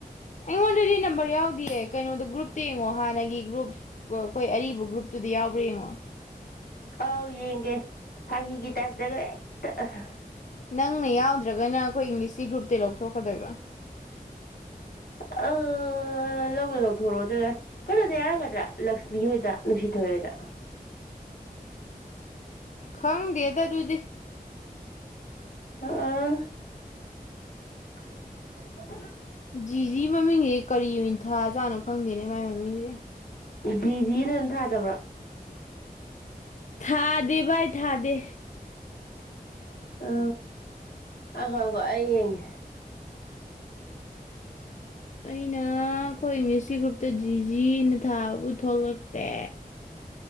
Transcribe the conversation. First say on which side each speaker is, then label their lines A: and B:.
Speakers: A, on the left; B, on the left.
A: ꯑꯩ ꯑꯣꯜꯔꯦꯗꯤ ꯅꯝꯕꯔ ꯌꯥꯎꯗꯤꯌꯦ ꯀꯩꯅꯣꯗꯣ ꯒ꯭ꯔꯨꯞꯇ ꯌꯦꯡꯉꯣ ꯍꯥꯟꯅꯒꯤ ꯒ꯭ꯔꯨꯞ ꯎ ꯑꯩꯈꯣꯏ ꯑꯔꯤꯕ ꯒ꯭ꯔꯨꯞꯇꯨꯗꯤ ꯌꯥꯎ ꯑꯉꯣ
B: ꯑꯥꯎ ꯌꯦꯒꯦ ꯍꯒ ꯇꯔꯗꯒ <unintelligible>
A: ꯅꯪꯅ ꯌꯥꯎꯗ꯭ꯔꯒꯅ ꯑꯩꯈꯣꯏ ꯏꯪꯂꯤꯁꯀꯤ ꯒ꯭ꯔꯨꯞ ꯇ ꯂꯧꯊꯣꯛꯀꯗꯣꯏꯕ
B: ꯑ ꯂꯧꯒ ꯂꯧꯊꯣꯔꯛꯑꯣ ꯑꯗꯨꯒ ꯀꯩꯅꯣꯗ ꯌꯥꯔꯝꯒꯗ꯭ꯔꯥ ꯂꯛꯁꯃꯤ ꯍꯣꯏꯗ ꯅꯨꯡꯁꯤꯊꯣꯏꯣꯏꯗ
A: ꯈꯪꯗꯦꯗ ꯑꯗꯨꯗꯤ
B: ꯍ <unintelligible>
A: ꯖꯤ ꯃꯃꯦ ꯀꯔꯤ ꯏꯟꯊꯥꯖꯥꯠꯅꯣ ꯈꯪꯗꯦꯅꯦ ꯃꯥꯏ ꯃꯃꯤꯡꯁꯦ <unintelligible>
B: ꯖꯤꯅ ꯑꯗꯨꯝ ꯊꯥꯗꯕ꯭ꯔꯥ
A: ꯊꯥꯗꯦ ꯥꯏ ꯊꯥꯗꯦ
B: ꯑ ꯑꯈꯣ ꯑꯒꯣ ꯑꯩ ꯌꯦꯡꯦ
A: ꯑꯩꯅ ꯑꯩꯈꯣꯏ ꯏꯪꯂꯤꯁꯀꯤ ꯒ꯭ꯔꯨꯞꯇ ꯗꯤ ꯖꯤꯅ ꯊꯥꯕꯕꯨ ꯊꯣꯛꯂꯛꯇꯦ